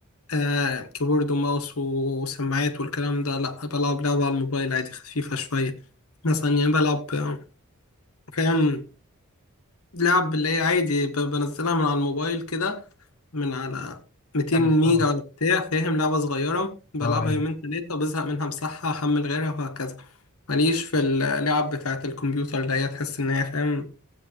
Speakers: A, on the left; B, on the left.
A: آه كيبورد وماوس وسماعات والكلام ده لأ بلعب لعبة على الموبايل عادي خفيفة شوية مثلا يعني بلعب آه، فاهم لعب اللي هي عادي ب- بنزلها من على الموبايل كده من على 200
B: لعب
A: ميجا
B: ستور
A: ولا بتاع فاهم لعبة صغيرة بلعبها
B: اه
A: يومين تلاتة بزهق منها مسحها أحمل غيرها وهكذا ماليش في اللعب بتاعة الكمبيوتر اللي هي تحس إن هي فاهم